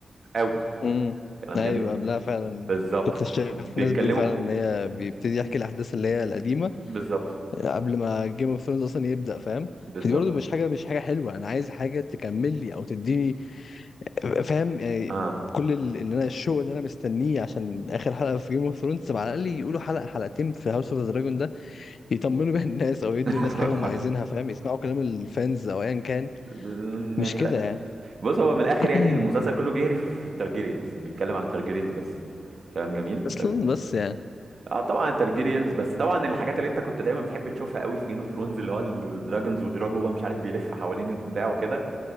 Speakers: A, on the right; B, on the left.
A: قوي
B: امم
A: كلام
B: ايوه
A: جميل
B: قبلها فعلا
A: بالظبط
B: كنت
A: ك-
B: شايف
A: بيتكلموا
B: ناس بتقول فعلا ان هي بيبتدي يحكي الاحداث اللي هي القديمه
A: بالظبط
B: قبل ما جيم اوف ثرونز اصلا يبدا فاهم
A: بالظبط
B: فدي برضو مش حاجه مش حاجه حلوه انا عايز حاجه تكمل لي او تديني فاهم يعني
A: اه
B: كل ال- اللي انا الشوق اللي انا مستنيه عشان اخر حلقه في جيم اوف ثرونز على الاقل يقولوا حلقه حلقتين في هاوس اوف ذا دراجون ده يطمنوا بيها الناس او يدوا
A: <laughs>
B: الناس حاجه هم عايزينها فاهم يسمعوا كلام الفانز او ايا كان
A: م،
B: مش
A: يعني
B: كده
A: لا
B: يعني
A: بص هو من الاخر
B: <clears throat>
A: يعني المسلسل كله بيهرف في التارجيريانز بيتكلم عن التارجيريانز بس كلام جميل
B: اصلا بس يعني
A: اه طبعا ترجيريانز بس طبعا الحاجات اللي انت كنت دايما بتحب تشوفها قوي في جيم اوف ثرونز اللي هو الدراجونز ودراجو هو مش عارف بيلف حوالين البتاع وكده